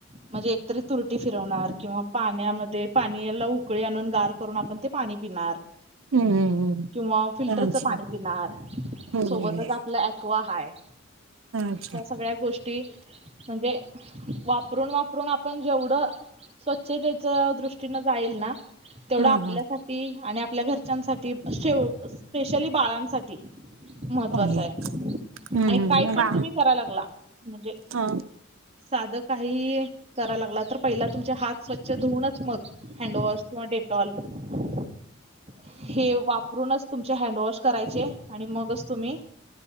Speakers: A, on the right; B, on the right.
A: म्हणजे एकतरी तुरटी फिरवणार किंवा पाण्यामध्ये पाणीयला उकळी आणून गार करून आपण ते पाणी पिणार
B: हम्म हम्म हम्म
A: किंवा फिल्टरच
B: अच्छा
A: पाणी पिणार.
B: हम्म
A: सोबतचं
B: हम्म
A: आपलं ॲक्वा हाय.
B: अच्छा
A: ह्या सगळ्या गोष्टी म्हणजे वापरून वापरून आपण जेवढं. स्वच्छतेचं दृष्टीनं जाईल ना तेवढं
B: हा
A: आपल्यासाठी
B: हा
A: आणि आपल्या घरच्यांसाठी. ते शेव स्पेशली बाळांसाठी महत्त्वाचं
B: चांगलाय.
A: हाय
B: हम्म
A: आणि
B: हम्म
A: काही
B: मग
A: पण
B: बा
A: तुम्ही कराय लागला म्हणजे
B: हा.
A: साध काही. कराया लागला तर पहिला तुमचे हात स्वच्छ धुऊूनच मग हँडवॉश किंवा डेटॉल, <inaudible> हे वापरूनच तुमचे हँडवॉश करायचे आणि मगच तुम्ही